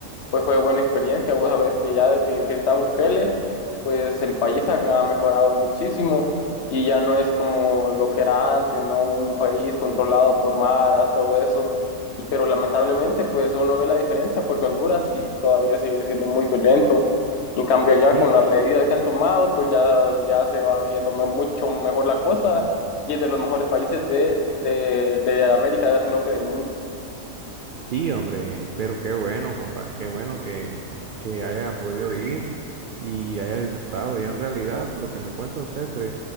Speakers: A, on the left; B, on the right.
A: pues fue buena experiencia. Vos sabés que ya desde que está Bukele, pues el país ha, ha mejorado muchísimo y ya no es como lo que era antes, ¿no? Un país controlado por maras, todo eso. Y pero lamentablemente, pues uno ve la diferencia porque Honduras sí todavía sigue siendo muy violento. En cambio, ya
B: Sí,
A: con las medidas que han tomado, pues ya, ya se va viendo me- mucho mejor la cosa y es de los mejores países de, de, de América, sino que del mundo.
B: sí, hombre, pero qué bueno, compa, qué bueno que, que haya podido ir y haya disfrutado. Ya en realidad lo que me cuenta usted